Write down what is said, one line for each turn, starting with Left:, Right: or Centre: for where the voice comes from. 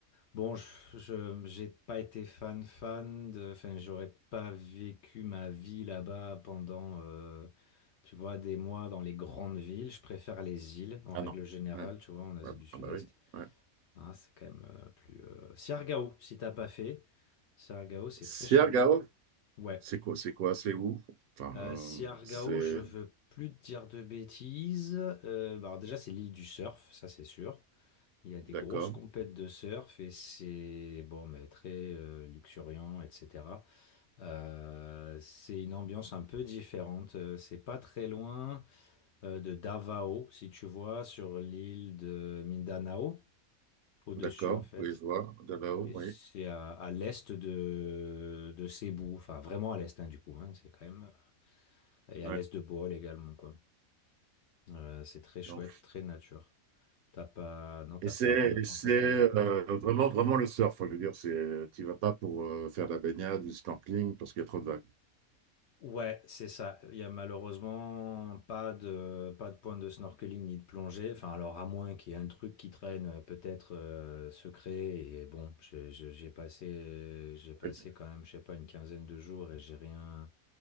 Left: bon, je, je- j'ai pas été fan, fan de. Enfin, j'aurais pas vécu ma vie là-bas pendant, euh, tu vois, des mois dans les grandes villes. Je préfère les îles en
Right: Ah
Left: règle
Right: non.
Left: générale,
Right: Ouais.
Left: tu vois, en Asie
Right: Ah
Left: du Sud-Est.
Right: bah oui. Ouais.
Left: Hein, c'est quand même euh, plus. euh, Siargao, si t'as pas fait. Siargao, c'est
Right: Siargao?
Left: très charmant. Ouais.
Right: C'est quoi, c'est quoi, c'est où? Enfin,
Left: Euh,
Right: euh,
Left: Siargao,
Right: c'est...
Left: je veux plus te dire de bêtises. Euh, bah, alors déjà, c'est l'île du surf, ça c'est sûr. Il y a des
Right: D'accord,
Left: grosses compètes de surf et c'est bon, mais très euh, luxuriant, etc. Euh, c'est une ambiance un peu différente. Euh, C'est pas très loin euh, de Davao, si tu vois, sur l'île de Mindanao, au-dessus
Right: d'accord,
Left: en fait.
Right: oui, je vois, là-haut,
Left: Et
Right: oui.
Left: c'est à, à l'est de, de Cebu, enfin vraiment à l'est hein, du coup, hein, c'est quand même. Et à
Right: Ouais.
Left: l'est de Bohol également, quoi. Euh, c'est très chouette,
Right: Non.
Left: très nature. T'as pas, non, t'as
Right: Et c'est
Left: pas, t'en as
Right: et
Left: pas
Right: c'est,
Left: entendu parler?
Right: euh, vraiment, vraiment le surf, hein, je veux dire, c'est, tu vas pas pour euh, faire de la baignade, du snorkeling, parce qu'il y a trop de vagues.
Left: Ouais, c'est ça. Il y a malheureusement pas de, pas de point de snorkeling ni de plongée. Enfin, alors à moins qu'il y ait un truc qui traîne, euh, peut-être euh, secret. Et bon, je- je- j'ai passé, j'ai passé
Right: Oui.
Left: quand même, je sais pas, une quinzaine de jours et j'ai rien,